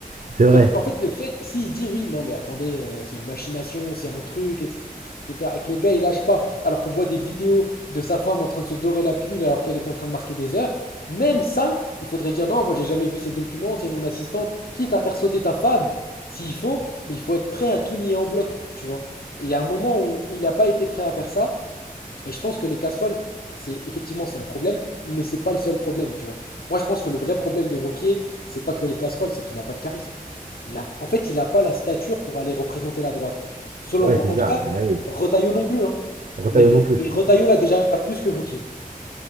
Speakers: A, on the right; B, on the left.
A: C'est vrai.
B: Donc, en fait, le fait, s'il dit oui, non, mais attendez, euh, c'est une machination, c'est un truc, etc., et que le gars, il lâche pas, alors qu'on voit des vidéos de sa femme en train de se dorer la pilule alors qu'elle est en train de marquer des heures, même ça, il faudrait dire non, moi, j'ai jamais vu ces documents, c'est mon assistante, quitte à faire sauter ta femme, s'il faut, mais il faut être prêt à tout nier en bloc, tu vois. Et il y a un moment où, où il n'a pas été prêt à faire ça, et je pense que les casseroles, c'est effectivement c'est un problème, mais c'est pas le seul problème, tu vois. Moi, je pense que le vrai problème de Wauquiez, c'est pas que les casseroles, c'est qu'il a pas de charisme. Il a- en fait, il n'a pas la stature pour aller représenter la droite, selon
A: Ouais
B: moi.
A: c'est
B: En
A: ça.
B: tout cas,
A: Bah oui.
B: Retailleau non plus, hein.
A: Retailleux
B: Mais, dé-
A: non plus
B: mais
A: je pense.
B: Retailleau l'a déjà plus que Wauquiez,